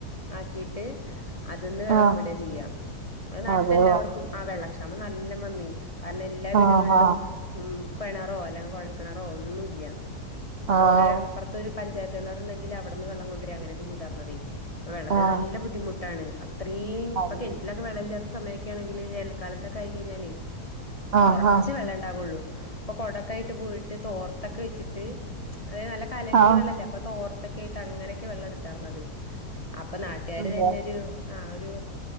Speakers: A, on the left; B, on the right.
A: ആക്കിട്ട് അതന്ന് വെള്ളം
B: ആഹ്
A: വിടാ ചെയ അതെ നാട്ടത്തെ
B: അതെയോ
A: എല്ലാവർക്കും ആ വെള്ള <unintelligible> നല്ല <unintelligible> കാരണ എല്ലാ വീടുകളിലും
B: ആഹ് ആഹ്
A: ഉം കിണാറോ അല്ലെ കുഴൽ കിണാറോ ഒന്നൂല്യ ഉം
B: ആഹ്
A: ഓരോരാ അപ്പുറത്തൊരു പഞ്ചായ കിണറണ്ടങ്കിൽ അവിടുന്ന് വെള്ളം കൊണ്ടുരാ അങ്ങനൊക്കെ ചെയ്തരന്നതേ പ്പ വെള്ളത്തിന്
B: ആഹ്
A: നല്ല ബുദ്ധിമുട്ടാണ് അത്രയും ഇപ്പൊ
B: അതെ
A: കിണറ്റിലൊക്കെ വെള്ളല്ല സമയൊക്കെ ആണെങ്കില് വേനൽക്കാലത്തൊക്കെ ആയി കഴിഞ്ഞാലേ
B: ആഹ്
A: കൊറച്ച്
B: ആഹ്
A: വെള്ള ഇണ്ടാവുള്ളൂ അപ്പൊ കൊടക്കായിട്ട് പോയിട്ട് തോർത്തൊക്കെ വെച്ചിട്ട് അതെ നല്ല കലങ്ങി
B: ആഹ്
A: വെള്ളല്ലേ അപ്പൊ തോർ തൊക്കെ ആയിട്ട് അങ്ങനെയൊക്കെ വെള്ളം എടുത്താരുന്നത് അ ഇപ്പൊ നാട്ടുകാര്
B: അതെ
A: തന്നെരു ആ ഒരു